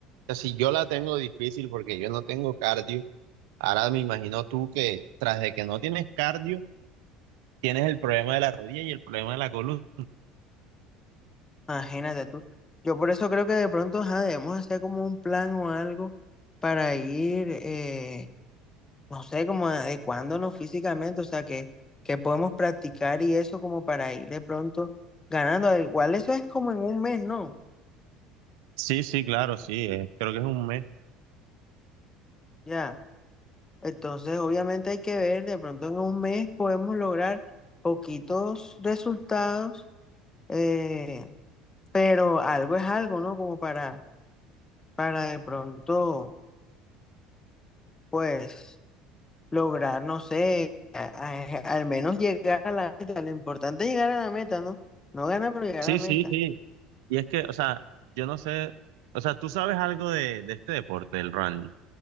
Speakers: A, on the right (about 75°); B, on the left (about 25°).
A: sea, si yo la tengo difícil porque yo no tengo cardio. Ahora me imagino tú que tras de que no tienes cardio, tienes el problema de la rodilla y el problema de la columna.
B: Imagínate tú. Yo por eso creo que de pronto ajá, debemos hacer como un plan o algo para ir, eh, no sé, como adecuándonos físicamente, o sea, que, que podemos practicar y eso como para ir de pronto ganando. Al Igual eso es como en un mes, ¿no?
A: Sí, sí, claro, sí, eh, creo que es un mes.
B: Ya. Entonces, obviamente hay que ver, de pronto en un mes podemos lograr poquitos resultados, eh, pero algo es algo, ¿no? Como para, para de pronto, pues lograr, no sé, a- a- al menos llegar a la meta. Lo importante es llegar a la meta, ¿no? No ganar, pero llegar
A: Sí,
B: a la meta.
A: sí, sí. Y es que, o sea, yo no sé, o sea, tú sabes algo de, de este deporte, del running,